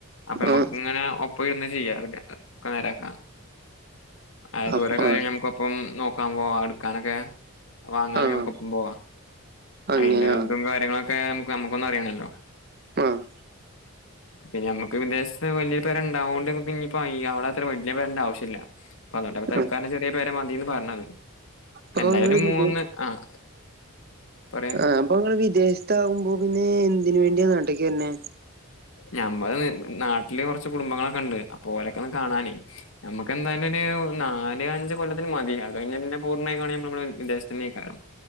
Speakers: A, on the left; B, on the right.
A: അപ്പൊ നമ്മുക്ക്
B: ആഹ്
A: ഇങ്ങനെ ഒപ്പം ഇരുന്ന് ചെയ്യാക്കെ നേരാക്ക അതത്
B: അപ്പ
A: ഓരോ കാര്യം
B: ആഹ്
A: നമുക്കൊപ്പം നോക്കാൻ പോവാ എടുക്കാനൊക്കെ വാങ്ങാനൊക്കെ
B: ആഹ്
A: നമുക്കൊപ്പം പോവാ
B: അങ്ങനെ
A: അതിന്റെ
B: ആഹ്
A: ഇതും കാര്യങ്ങളൊക്കെ നമക്ക് നമ്മുക്കൊന്നും അറിയണല്ലോ
B: ആഹ്
A: പിന്നെ നമുക്ക് വിദേശത്ത് വലിയ പേരുണ്ടാവുക കൊണ്ട് ഇപ്പോ അവിടെ അത്ര വലിയ പേരിന്റെ ആവശ്യമില്ല. അപ്പൊ അതോണ്ട് തൽക്കാലം
B: ആഹ്
A: ചെറിയ ഒരു പേര മതിന്ന് പറഞ്ഞത്
B: അപ്പൊ
A: എന്തായാലും
B: നിങ്ങള് വിദേ
A: മൂന്ന് ആഹ് പറയൂ
B: ആഹ് അപ്പൊ നിങ്ങൾ വിദേശത്താകുമ്പോ പിന്നെ എന്തിന് വേണ്ടിയ നാട്ടേക്ക് വരണേ
A: ഞമ്മള് നാട്ടില് കുറച്ച് കുടുംബങ്ങളൊക്കെ ഉണ്ട് അപ്പൊ ഓരൊക്കെ ഒന്ന് കാണാനേ ന എന്നിക്ക് എന്തായാലും ഒരു നാല് അഞ്ച് കൊല്ലത്തിന് മതി അത് കഴിഞ്ഞൽ പിന്നെ പൂർണ്ണമായി നമ്മൾ വിദേശത്ത് തന്നെയാകും